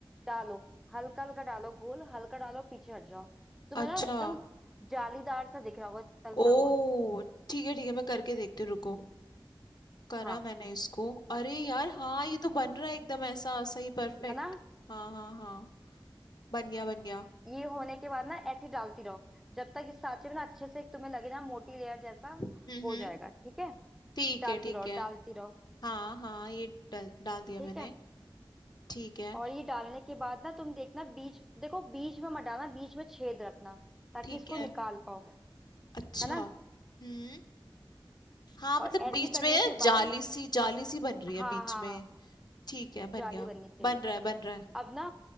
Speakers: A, in the centre; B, on the left (about 55°).
A: डालो हल्का हल्का डालो घोल हल्का डालो पीछे हट जाओ तुम्हें
B: अच्छा
A: ना एकदम जालीदार सा दिख रहा होगा तलता
B: ओ
A: हुआ
B: ठीक है ठीक है मैं करके देखती हूँ रुको करा
A: हाँ
B: मैंने इसको अरे यार हाँ ये तो बन रहा है एकदम ऐसा सही परफेक्ट
A: है ना
B: हाँ हाँ हाँ बन गया बन गया
A: ये होने के बाद ना ऐसे ही डालती रहो जब तक इस सांचे में ना अच्छे से एक तुम्हें लगे ना मोटी लेयर जैसा
B: हम्म
A: हो
B: हम्म
A: जाएगा ठीक है
B: ठीक
A: डालती
B: है ठीक
A: रहो
B: है
A: डालती रहो
B: हाँ हाँ ये डल, डाल दिया
A: ठीक
B: मैंने
A: है
B: ठीक है
A: और ये डालने के बाद ना तुम देखना बीच देखो बीच में मत डालना बीच में छेद रखना ताकि
B: ठीक
A: इसको निकाल
B: है
A: पाओ
B: अच्छा
A: है ना
B: हम्म हाँ मतलब
A: और ऐसे
B: बीच
A: करने
B: में
A: के
B: जाली
A: बाद
B: सी जाली सी बन रही
A: हाँ
B: है बीच
A: हाँ
B: में
A: हाँ
B: ठीक है बन
A: जाली
B: गया
A: बननी चाहिए
B: बन रहा है बन रहा है
A: अब ना